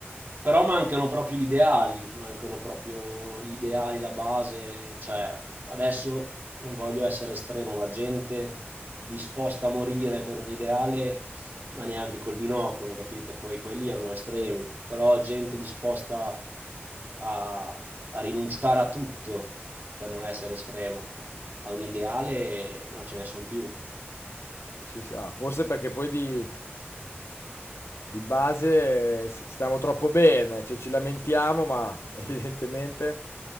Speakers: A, on the right (about 50°); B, on the left (about 80°).
A: Però mancano proprio gli ideali, mancano proprio gli ideali, la base, cioè adesso non voglio essere estremo, ma gente disposta a morire per un ideale, ma neanche col binocolo, capito? Poi quelli erano estremi, però gente disposta a, a rinunciare a tutto per non essere estremo, a un ideale non ce ne sono più.
B: Sì, sì, ah, forse perché poi di, Di base eh, s- stiamo troppo bene, cioè ci lamentiamo, ma <laughs> evidentemente